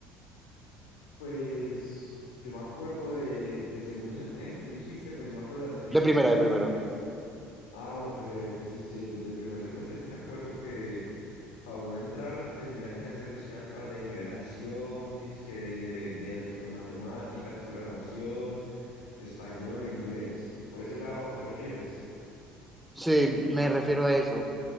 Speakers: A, on the left (about 85°); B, in the centre.
A: Pues yo me acuerdo de, de segundo semestre, dijiste, pues yo me acuerdo las del primer
B: De primera,
A: semestre
B: de primera.
A: que Ah, bueno, pues, eh, pues sí, sí, desde el primer semestre sí me acuerdo que para uno entrar tenía que hacer dizque unas cosas de nivelación, disque de, de respecto a matemáticas, programación, español e inglés. ¿Por ese lado te refieres?
B: Sí, me refiero a eso.